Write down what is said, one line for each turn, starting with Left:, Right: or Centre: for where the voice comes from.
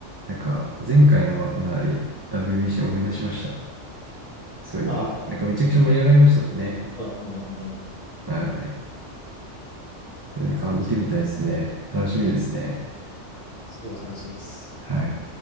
Right: なんか前回のなり WBC
Left: うん、
Right: 思い出しました。そういえば。
Left: ああ、
Right: なんかめちゃくちゃ盛り上がりましたもんね。
Left: ね、あ本当に本当に。い
Right: はい。なんか見てみたいですね。
Left: や、楽し
Right: 楽しみですね。
Left: み。うん、すごい楽しみです。
Right: はい。